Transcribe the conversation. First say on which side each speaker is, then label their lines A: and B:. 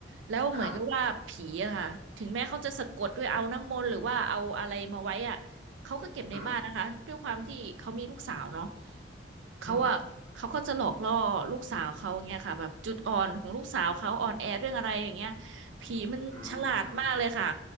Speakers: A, on the right; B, on the right.
A: แล้วเหมือนกับว่าผีอะค่ะถึงแม้เขาจะสะกดด้วยเอาน้ำมนต์หรือว่าเอาอะไรมาไว้อะ
B: ครับ
A: เขาก็เก็บในบ้านนะคะด้วยความที่เขามีลูกสาวเนาะ
B: อืม
A: เขาอะเขาก็จะหลอกล่อลูกสาวเขาอย่างเงี้ยค่ะแบบจุดอ่อนของลูกสาวเขาอ่อนแอเรื่องอะไรอย่างเงี้ย
B: อืม
A: ผีมันฉลาดมากเลยค่ะ
B: อืม